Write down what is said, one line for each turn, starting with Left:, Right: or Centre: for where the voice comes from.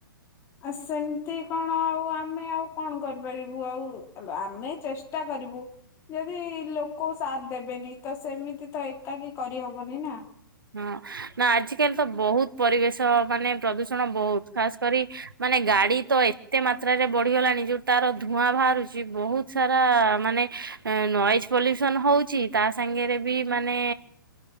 Left: ଆଉ ସେମତି କଣ ଆଉ ଆମେ ଆଉ କଣ କରିପାରିବୁ ଆଉ ଆମେ ଚେଷ୍ଟା କରିବୁ। ଯଦି ଲୋକ ସାତ୍ ଦେବେନି ତ ସେମିତି ତ ଏକାକି କରିହବନି ନା।
Right: ହଁ- ନା ଆଜିିକାଲି ତ ବହୁତ୍ ପରିବେଶ୍ ତ ମାନେ ପ୍ରଦୂଷଣ ବହୁତ୍ ଖାସ୍ କରି ମାନେ ଗାଡି ତ ଏତେ ମାତ୍ର <unintelligible> ବଢିଗଲାଣି ଯଉ ତାର ଧୂଆଁ ବାହାରୁଚି ବହୁତ୍ ସାରା ମାନେ ନଏଜ୍ ପଲ୍ୟୁସନ୍ ହଉଚି ତା ସାଙ୍ଗରେ ବି ମାନେ